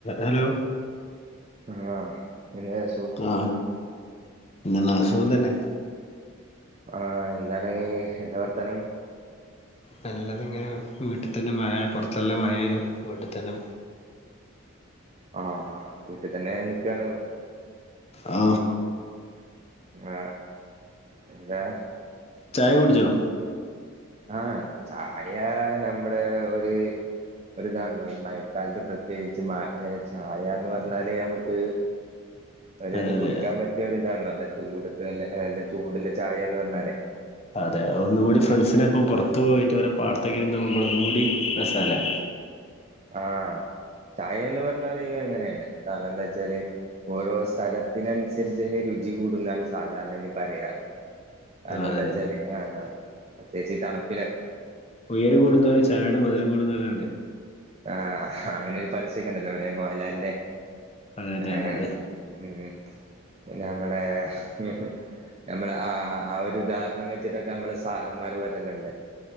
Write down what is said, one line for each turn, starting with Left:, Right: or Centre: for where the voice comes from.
Left: Hello.
Right: ആ എ
Left: ആ നല്ല സുഖം തന്നെ.
Right: ആ എന്താണ് എന്താ വർത്താനം?
Left: നല്ലത് ഇങ്ങനെ വീട്ടിൽ തന്നെ മഴ പുറത്തെല്ലാം മഴേനു വീട്ടിൽ തന്നെ.
Right: ആഹ് വീട്ടിൽ തന്നെ നിക്കാണ്.
Left: ആ
Right: ആ എന്താ?
Left: ചായ കുടിച്ചോ?
Right: ആ ചായ നമ്മുള് ഒര് ഒരുതാണല്ലോ ഈ മഴക്കാലത്ത് പ്രത്യേകിച്ച് മ ചായന്ന് പറഞ്ഞാല് നമ്ക്ക്. പെരേന്ന്
Left: അതെ അതെ
Right: കുടിക്കാൻ പറ്റിയ ഒരിതാണ ല്ലൊ ചൂടത്ത് നല്ല ചൂട്ല്ല ചായന്ന് പറഞ്ഞാല്.
Left: അതെ ഒന്നുകൂടി ഫ്രണ്ട്സിനെപ്പം പുറത്തു പോയിട്ട് പാടത്തൊക്കെ ഇരുന്ന് നോകുമ്പോൾ ഒന്നുകൂടി രസ അല്ലേ?
Right: ആ ചായന്ന് പറഞ്ഞല് അങ്ങനെയാണ് കാരണം എന്താ ച്ചാല് ഓരോ സ്ഥല ഇതിനനുസരിച് രുചി കൂടുന്നാണ് സാധാരണ അയിന് പറയാറ്. കാരണംന്താ
Left: അതെ അതെ
Right: വച്ചാല് ആ ആ പ്രത്യേകിച്ച് ഈ തണുപ്പില്.
Left: ഉയര കൂടുന്ന തൊറും ചായയുടെ മധുരം കൂടുന്ന് കണ്ടെ.
Right: ആ അങ്ങനെ ഒരു പരസ്യഒക്കെ ഇണ്ടല്ലോലെ മോഹൻലാലിന്റെ
Left: അതെ അതെ
Right: ഏ
Left: അതെ അതെ
Right: ഉ പിന്നെ നമ്മളെ ഹി നമ്മള് ആ ആ ഒരു ഉദാഹരണം വെച്ചിട്ടൊക്കെ നമ്മള് സാറന്മാര് വരല്ലുണ്ട്.